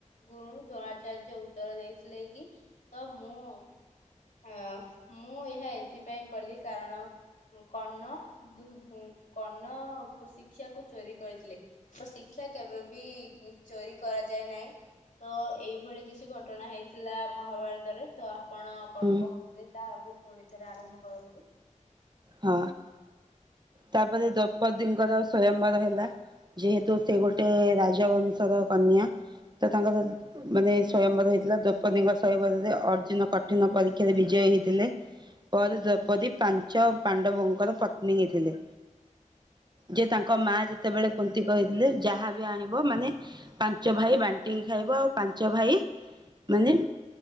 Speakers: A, on the left; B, on the right.
A: ଗୁରୁ ଦ୍ରୋଣାଚାର୍ଯ୍ୟ ଉତ୍ତର ଦେଇଥିଲେ କି ତ ମୁଁ ହଁ ମୁଁ ଏହା ଏଥିପାଇଁ କଲି କାରଣ କର୍ଣ୍ଣ ଗୁରୁ କର୍ଣ୍ଣ କୁ ଶିକ୍ଷାକୁ ଚୋରି କରିଥିଲେ। ତ ଶିକ୍ଷା କେବେ ବିି ଚୋରି କରାଯାଏ ନାହିଁ। ତୋ ଏଇଭଳି କିଛି ଘଟଣା ହେଇଥିଲା ମହାଭାରତରେ ତ ଆପଣ କଣ
B: ହୁଁ
A: କହୁଥିଲେ ତାହାକୁ ପୁଣି ଥରେ ଆରମ୍ଭ କରନ୍ତୁ।
B: ହଁ, ତାପରେ ଦ୍ରୌପଦୀଙ୍କର ସ୍ଵୟମ୍ବର ହେଲା। ଯେହେତୁ ସେ ଗୋଟେ ରାଜବଂଶର କନ୍ୟା ତ ତାଙ୍କର ମାନେ ସ୍ଵୟମ୍ବର ହେଇଥିଲା ଦ୍ରୌପଦୀଙ୍କ ସ୍ବାୟମ୍ବର ରେଅର୍ଜୁନ କଠିନ ପରୀକ୍ଷାରେ ବିଜୟ ହେଇଥିଲେ। ପରେ ଦ୍ରୌପଦୀ ପାଞ୍ଚ ପାଣ୍ଡବଙ୍କର ପତ୍ନୀ ହେଇଥିଲେ। ଯେ ତାଙ୍କ ମା ଯେତେବେଳେ କୁନ୍ତି କହିଥିଲେ ଯାହାବି ଆଣିବ ମାନେ ପାଞ୍ଚ ଭାଇ ବାଣ୍ଟିକି ଖାଇବ ଆଉ ପାଞ୍ଚ ଭାଇ- ମାନେ